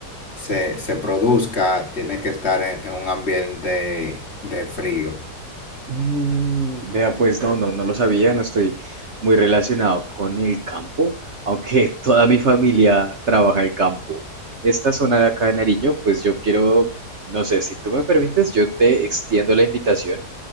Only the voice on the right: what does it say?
Mm, Vea, pues no, no, no lo sabía, no estoy muy relacionado con el campo, aunque <laughs> toda mi familia trabaja el campo. Esta zona de acá de Nariño, pues yo quiero, no sé, si tú me permites, yo te extiendo la invitación.